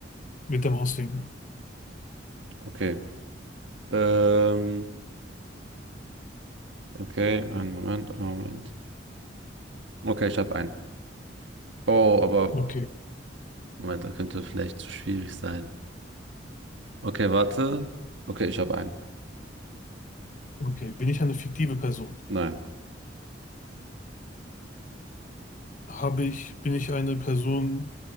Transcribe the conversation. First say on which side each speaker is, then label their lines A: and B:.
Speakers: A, on the left (about 45°); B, on the right (about 75°).
A: Mit dem Ausdenken.
B: Okay. Ähm, okay, einen Moment, einen Moment. Okay, ich habe einen. Oh, aber
A: Okay,
B: Moment, das könnte vielleicht zu schwierig sein. Okay, warte. Okay, ich habe einen.
A: okay. Bin ich eine fiktive Person?
B: Nein.
A: Habe ich, bin ich eine Person